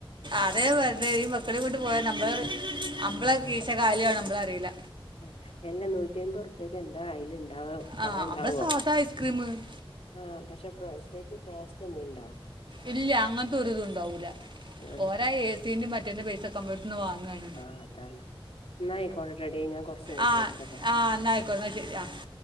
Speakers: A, on the right; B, on the left.
A: അതേ പിന്നേം ഈ മക്കളേ കൊണ്ട് പോയ നമ്മള് നമ്മള കീശകാലിയ ആവണേ നമ്മള് അറിയില്ല
B: ആ എല്ലാ നൂറ്റി അമ്പത് റുപ്യക്ക് എന്താ അയില് ഇണ്ടാവോ
A: ആ
B: കൊറെ ഇണ്ടാവോ
A: നമ്മളെ സാധാ ഐസ്ക്രീം
B: ആഹ് പക്ഷെ പ്രത്യേകിച്ച് ടേസ്റ്റ് എന്തെയണ്ടോ
A: ഇല്ല്യ അങ്ങനത്തെ ഒരി ഇതു ഉണ്ടാവൂല്ല
B: ആ
A: ഓര ആഹ് എ സീന്റെ മറ്റേന്റെ പൈസ ക്കെ അമ്മളട്ത്ത്ന്ന് വാങ്ങാണ്
B: ആഹ് അതാണ് എന്നായിക്കോട്ട ടി ഞാൻ കൊറച്ച് കഴിഞ്ഞിട്ട്
A: ആ
B: വിളിക്കട്ടോ
A: ആ
B: ആഹ്
A: <unintelligible>